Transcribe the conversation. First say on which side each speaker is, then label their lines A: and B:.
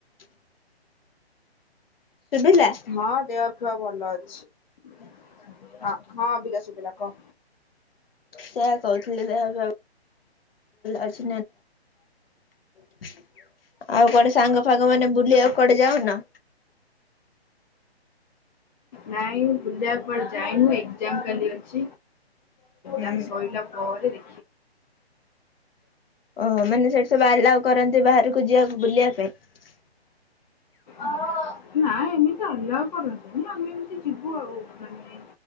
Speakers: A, on the left; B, on the left.
A: ଶୁଭିଲା।
B: ହଁ ଦେହ ଭଲ ଅଛି <inaudible> ହଁ ବିିଲାସୁ ବିଲା କ
A: ସେ କହୁଥିଲେ ଦେହ ଫୟ ଅର୍ <inaudible> <inaudible> ଆଉ କୁଆଡେ ସାଙ୍ଗ ଫାଗ ମାନେ ବୁଲିିବାକୁ କୁଆଡେ ଯାଉନ
B: ନାଇଁ ବୁଲିବାକୁ କୁଆଡେ ଯାଇ ହୁଏ ଜାମ୍ କାଲି ଅଛି
A: ହୁଁ।
B: ଜାମ୍ ସଇଲା ପରେ <inaudible>
A: ଓହୋ ମାନେ ସେଇଠି ସବୁ ଆଲୋ କରନ୍ତି ବାହାରକୁ ଯିବାକୁ ବୁଲିବା ପାଇଁ
B: ଆ ନା ଏମିତି ଆଲାୱା କରନ୍ତିନି ଆମେ ଏମିତି ଯିବୁ ଆଉ ମାନେ